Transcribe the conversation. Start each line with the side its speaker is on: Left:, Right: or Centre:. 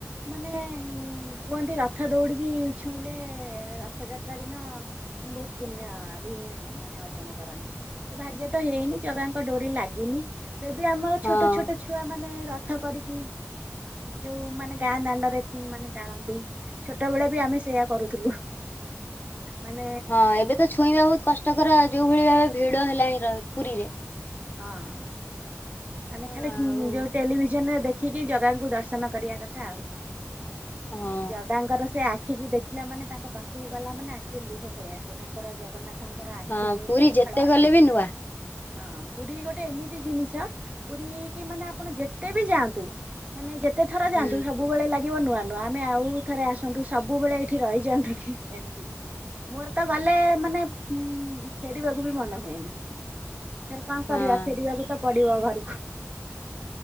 Right: ମାନେ ଉ କୁହନ୍ତି ରଥ ଦୌଡିକି ଛୁଇଁଲେ ରଥଯାତ୍ରା ଦିନ ହଁ ମାନେ ବହୁତ ପୁଣ୍ୟ ବି ମାନେ ଅର୍ଜନ କରନ୍ତି ଭାଗ୍ୟ ତ ହେଇନି ଜଗା ଡୋରି ଲାଗିନି ଏବେ ଆମର
Left: ହଁ
Right: ଛୋଟ ଛୋଟ ଛୁଆ ମାନେ ରଥ କରିକି ଯୋଉ ମାନେ ଗାଁ ଦାଣ୍ଡରେ ମାନେ ଟାଣନ୍ତି ଛୋଟବେଳେ ବି ଆମେ ସେଇୟା କରୁଥିଲୁ। ମାନେ
Left: ହଁ ଏବେ ତ ଛୁଇଁବା ବହୁତ କଷ୍ଟକର ଯୋଉ ଭଳି ଭାବେ ଭିଡ ହେଲାଣି ପୁରୀରେ।
Right: ହଁ ମାନେ
Left: ଆଉ
Right: ଖାଲି ଯୋଉ ଟେଲିଭିଜନ ରେ ଦେଖ ଆଖିକି ଜଗାଙ୍କୁ ଦର୍ଶନ କରିବା କଥା ଆଉ
Left: ହଁ
Right: ଜଗାଙ୍କର ସେ ଆି ଆଖିକି ଦେଖିଲା ମାନେ ତାଙ୍କ ପାଖକୁ ଗଲା ମାନେ ଆଖିରେ ଲୁହ ପଳେଇଆ ଆସେ ତାଙ୍କର ଜଗନ୍ନାଥ ତାଙ୍କର ଆଖି
Left: ହଁ
Right: ଯୋଉ
Left: ପୁରୀ
Right: ଚଳଚଳ
Left: ଯେତେ
Right: ଆଖି
Left: ଗଲେ ବି ନୂଆ।
Right: ହଁ। ପୁରୀ ଗୋଟେ ଏମିତି ଜିନିଷ ପୁରୀ କି ମାନେ ଆପଣ ଯେତେ ବି ଯାଆନ୍ତୁ ମାନେ ଯେ କେତଥରାନ୍ତୁ
Left: ହୁଁ।
Right: ସବୁବେଳେ ଲାଗ ଲ ନୂଆ ନୁଆ ଆମେ ଆଉ ଥରେ ଆସନ୍ତୁ ସବୁବେଳେ ଏଇଠି ରହିଯାଆନ୍ତୁ କି ଏମତି। ମୋର ତ ଗଲେ ମାନେ ଫେରିବାକୁ ବି ମନ ହୁଏନି। କଣ କରିବା
Left: ହଁ
Right: ଫେରିବାକୁ ତ ପଡିବ ଘରକୁ।